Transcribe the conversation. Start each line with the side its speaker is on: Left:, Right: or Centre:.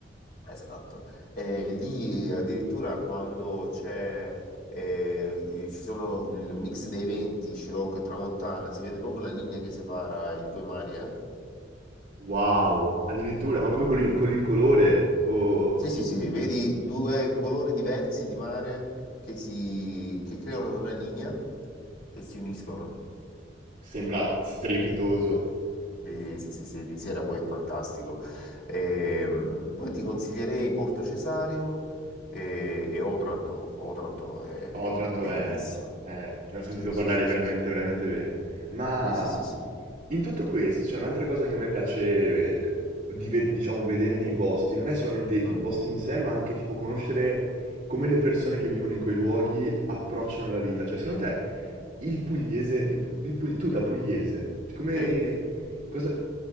Left: Esatto, Eh, lì addirittura quando c'è, eh, ci sono il mix dei venti, Scirocco e Tramontana, si vede proprio la linea che separa i due mari, eh?
Right: Wow. Addirittura, ma proprio
Left: Ah.
Right: con l'in- con l'incolore, o...
Left: Sì, sì, sì, sì, vedi due colori diversi di mare che, si, che creano una linea e si uniscono.
Right: Sembra strepitoso.
Left: Sì, sì, sì, sì, di sera poi è fantastico. Ehm, poi ti consiglierei Porto Cesario e, e Otranto. Otranto è
Right: Otranto
Left: bellissima.
Right: è... eh, ne ho sentito
Left: Sì, sì,
Right: parlare
Left: sì,
Right: veramente,
Left: sì, sì,
Right: veramente bene. Ma
Left: sì, sì, sì. sì.
Right: In tutto questo c'è un'altra cosa che a me piace, eh, di ve- diciamo, vedere nei posti, non è solamente i
Left: Mm.
Right: posti in sé, ma anche tipo conoscere come le persone che vivono in quei luoghi approcciano la vita. Cioè, secondo te il pugliese, il- il pug- tu da pugliese, come,
Left: Sì.
Right: cosa,